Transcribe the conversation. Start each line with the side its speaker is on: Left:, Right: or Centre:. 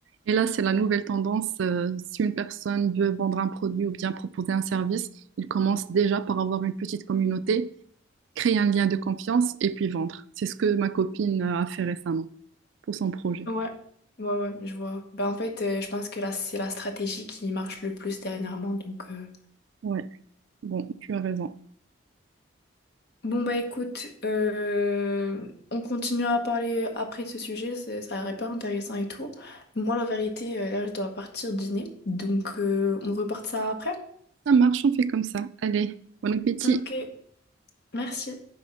Right: Et là, c'est la nouvelle tendance. euh, si une personne veut vendre un produit ou bien proposer un service, il commence déjà par avoir une petite communauté, créer un lien de confiance et puis vendre. C'est ce que ma copine euh, a fait récemment pour son projet.
Left: Ouais, ouais, ouais, je vois. Bah, en fait, euh, je pense que là, c'est la stratégie qui marche le plus dernièrement. Donc, euh.
Right: Ouais, bon, tu as raison.
Left: Bon, bah écoute, euh, on continue à parler après de ce sujet, c'est- ça a l'air hyper intéressant et tout. Moi, la vérité, euh, là, je dois partir dîner. Donc, euh, on repart ça après.
Right: Ça marche, on fait comme ça. Allez, bon appétit.
Left: Ok, merci.